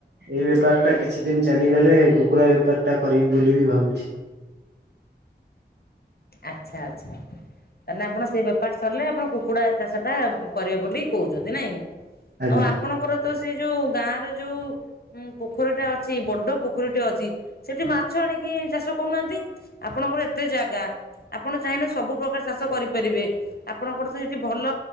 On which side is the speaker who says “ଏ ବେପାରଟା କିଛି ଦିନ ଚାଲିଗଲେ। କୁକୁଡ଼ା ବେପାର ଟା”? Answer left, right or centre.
Right